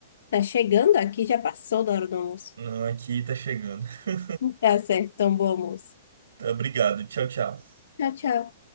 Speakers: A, on the left; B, on the right.
A: Tá chegando aqui, já passou da hora do almoço.
B: Não, aqui tá chegando. <laughs>
A: Tá certo, então bom almoço.
B: Tá, Obrigado. Tchau, tchau.
A: Tchau, tchau.